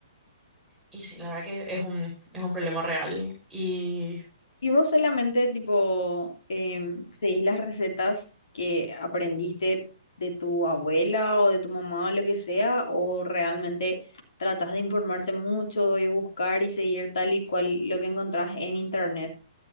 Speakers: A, in the centre; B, on the left (about 65°).
A: Y sí, la verdad que es un, es un problema real. Y
B: ¿Y vos solamente tipo em, seguís las recetas que aprendiste de tu abuela o de tu mamá o lo que sea? ¿O realmente tratás de informarte mucho y buscar y seguir tal y cual lo que encontrás en internet?